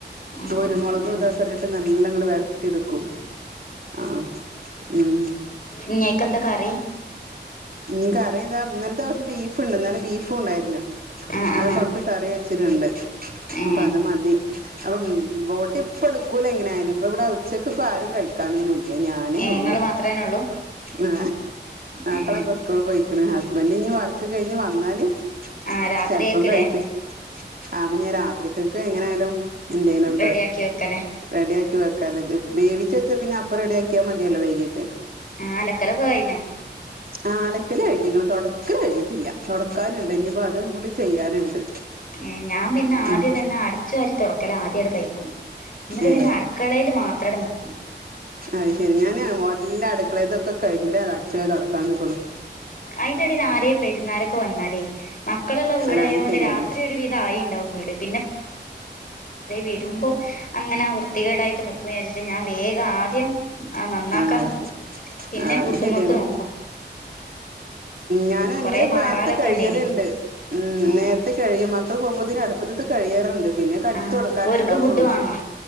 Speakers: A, on the left; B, on the right.
A: ഉം
B: കുരുമുളക്
A: ഉം ഉം
B: ഇതൊക്കെ ഇട്ടിട്ട് നല്ല ഇങ്ങനെ വരട്ടി എടുക്കും.... ആ ഉം....
A: ങ്ങേക്ക് എന്താ കറി.....
B: ഇനി കറിയതാ ഇന്നലത്തെ ദിവസം ബീഫ്ഉണ്ട് ഇന്നലെ ബീഫും ഉണ്ടായിരുന്നു.....
A: ആ
B: അത്
A: ആ
B: കൊറച്ച് കറി വെച്ചിട്ടുണ്ട്
A: ഏ
B: അപ്പ അത് മതി..... അപ്പം ബോട്ട് ഇപ്പ എടുക്കൂല എങ്ങനെയാലും ഇപ്പ ഇവിടെ ഉച്ചക്ക് ഇപ്പ ആരും കഴിക്കു.. ക്കാനൊന്നുമില്ല ഞാനേ
A: ഏ
B: ഉള്ളൂ
A: ഇങ്ങള് മാത്രേന്നെ ഉള്ളൂ
B: ആ.
A: ഏ
B: മക്കളൊക്കെ സ്കൂൾ പോയിക്കണ് ഹസ്ബൻഡ് ഇഞ്ഞ് വർക്ക് കഴിഞ്ഞ് വന്നാല്
A: ആ രാത്രിയേക്കില്ലേ
B: ചിലപ്പം കഴിക്കും.... ആഹ് അപ്പോ ഞാൻ രാത്കൾക്ക് എങ്ങനെ ആയാലും എന്തെേലുംക്കെ
A: റെഡിയാക്കി വെക്കലേ
B: റെഡിയാക്കി വെക്കാറ വേവിച്ച വെച്ചാ പിന്നെ അപ്പം റെഡിിയാക്കിയാൽ മതിയല്ലോ വൈകീട്ട്
A: ആഹ് അലക്കലൊക്കെ കഴിഞ്ഞോ
B: ആഹ് ആലക്കല് കഴിഞ്ഞി ഇങ്ങനെ തുടക്കല് കഴിഞ്ഞിട്ടില്ല തുടക്കാനുണ്ട് ഇനിപ്പൊ അതും കൂടി ചെയ്യാനുണ്ട്
A: ഏഹ് ഞാൻ പിന്നെ ആദ്യം
B: ഉം
A: തന്നെ അടച്ചു വരി തുടക്കല ആദ്യമായിടെ കഴിക്കും എന്നിട്ട്
B: ഏ
A: പിന്നെ അടുക്കളയിൽ മാത്ര യ്ട്ട് നൽക്കും
B: അഹ് ശരി ഞാന് വല്ല അടുക്കളേതൊക്കെ കഴിഞ്ഞിണ്ടേ അ അടിച്ച നടടക്കാൻ നക്കളു
A: അതിന്റെടയിൽ ആരേ പെരുന്നാലാരൊക്കെ വന്നാലേ മക്കള്ള് ള വീടായത്
B: അല്ല അത്
A: കൊണ്ട്
B: ശരിയാണ്
A: പിന്നെ ഒരു വിതായിണ്ടാവു വീട് വരുമ്പോ അങ്ങനെ ആഹ് വൃത്തികേടായിട്ട് രിച്ചിട്ട് ഞാൻ വേഗം ആദ്യം ആ നന്നാക്കാൻ
B: ആഹ്
A: നിക്കും പിന്നെ
B: ആഹ്
A: ഫുഡ്മക്ക്
B: ശരിയ ഉം
A: നോക്കും
B: ഞാന
A: ഉം
B: എന്റെ
A: കൊറേ
B: നേരത്തെ
A: മാറാലൊക്കെ
B: കഴിയലുണ്ട്
A: ഇണ്ടേനി
B: ഉം
A: ഏ
B: നേരത്തെ കഴിയും ഇ പോകുമ്പോ ഇെ അടുപ്പത്ത കഴിയാറു പിന്നെ കടുത്ത്
A: ആ
B: കൊടുക്കാനേ
A: ഓര്ക്ക്
B: ഉണ്ടാവയുള്ളൂ
A: ഫുഡ് വേണോ